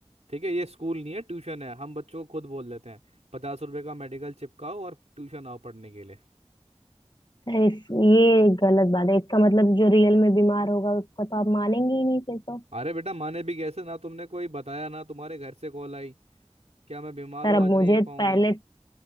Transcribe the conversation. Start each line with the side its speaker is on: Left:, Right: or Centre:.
Right: ठीक है ये स्कूल नहीं है ट्यूशन है हम बच्चों को खुद बोल देते हैं पचास रुपए का मेडिकल चिपकाओ और ट्यूशन आओ पढ़ने के लिए
Left: सर इस ये गलत बात है इसका मतलब जो रियल में बीमार होगा उसका तो आप मानेंगे ही नहीं फिर तो
Right: अरे बेटा माने भी कैसे ना तुमने कोई बताया ना तुम्हारे घर से कॉल आई क्या मैं बीमार
Left: सर
Right: हूँ
Left: अब
Right: आज
Left: मुझे
Right: नहीं आ पाऊंगी
Left: पहले